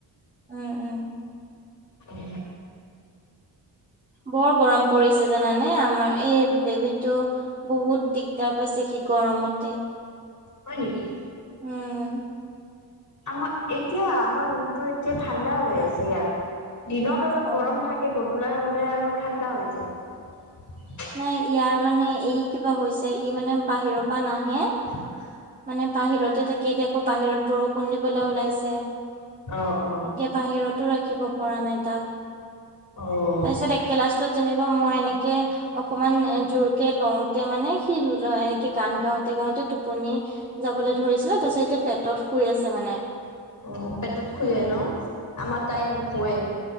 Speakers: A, on the right (about 20°); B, on the left (about 50°).
A: উম - উম।
B: উম,
A: বৰ গৰম পৰিছে জানানে আমাৰ এই বেবিতটো বহুত দিগদাৰ পাইছে সি গৰমতে।
B: হয় নেকি।
A: উম
B: আমাৰ এতিয়া আমাৰ ৰুমতটো এতিয়া ঠাণ্ডা হৈ আছে ইয়াত। দিনত অলপ
A: অ।
B: গৰম থাকে গধূলা হলে আৰু ঠাণ্ডা হৈ যায়।
A: নাই ইয়াৰ মানে ই কিবা হৈছে ই মানে বাহিৰৰ পৰা নাহে।
B: <inaudible>
A: মানে বাহিৰতে থাকি এতিয়া আকৌ বাহিৰত বৰষুণ দিবলৈ ওলাইছে।
B: অ', অ',
A: এতিয়া বাহিৰতো ৰাখিব পৰা নাই তাক।
B: অহ
A: তাৰপিছত
B: ',
A: এক লাষ্টত যেনিবা মই এনেকে অকমান জোৰ কেে লওতে মানে সি এনেকে গান গাওতে গাওতে টোপনী যাবলৈ ধৰিছিলে তাৰ পিছত এতিয়া পেটত শুই আছে মানে।
B: অ, পেটত শুৱে ন আমাৰ তাই নুখোৱে।